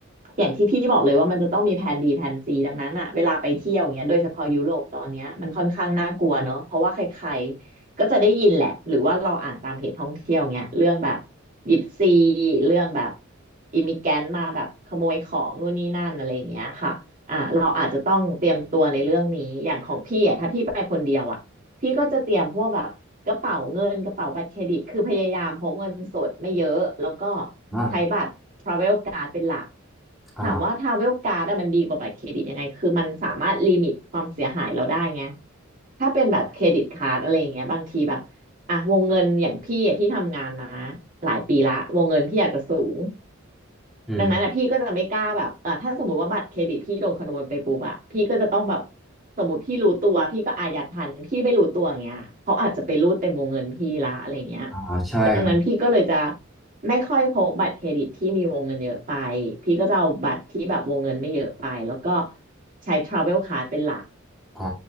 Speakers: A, on the right; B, in the centre.
A: อย่างที่พี่บอกเลยว่ามันจะต้องมีแผน B แผน C ดังนั้นอ่ะเวลาไปเที่ยวอย่างเงี้ยโดยเฉพาะยุโรปตอนเนี้ยมันค่อนข้างน่ากลัวเนอะเพราะว่าใครๆก็จะได้ยินแหละหรือว่าเราอ่านตามเพจท่องเที่ยวเงี้ยเรื่องแบบยิปซีเรื่องแบบอิมิแกนมาแบบขโมยของนู่นนี่นั่นอะไรอย่างเงี้ยค่ะ อ่าเราอาจจะต้องเตรียมตัวในเรื่องนี้อย่างของพี่อ่ะถ้าพี่ไปคนเดียวอ่ะพี่ก็จะเตรียมพวกแบบกระเป๋าเงินกระเป๋าบัตรเครดิตคือพยายามพกเงินสดไม่เยอะแล้วก็
B: อ่า
A: ใช้บัตรทราเวลการ์เป็นหลัก
B: อ่า
A: ถามว่าทราเวลการ d ดอะมันดีกว่าบัตรเครดิตยังไงคือมันสามารถลิมิตความเสียหายเราได้ไงถ้าเป็นแบบเครดิตการ์ดอะไรอย่างเงี้ยบางทีแบบอ่ะวงเงินอย่างพี่อะที่ทำงานมาหลายปีละวงเงินพี่อาจจะสูง
B: อืม
A: ดังนั้นอ่ะพี่ก็จะไม่กล้าแบบเออถ้าสมมติว่าบัตรเครดิตพี่โดนขโมยไปปุ๊บอ่ะพี่ก็จะต้องแบบสมมติพี่รู้ตัวพี่ก็อายัดทันพี่ไม่รู้ตัวอย่างเงี้ยเขาอาจจะไปรูดเต็มวงเงินพี่ละอะไรเงี้ย
B: อ่าใช่ครับ
A: ดังนั้นพี่ก็เลยจะไม่ค่อยพกบัตรเครดิตที่มีวงเงินเยอะไปพี่ก็จะเอาบัตรที่แบบวงเงินไม่เยอะไปแล้วก็ใช้ travel card เป็นหลัก
B: อ๋อ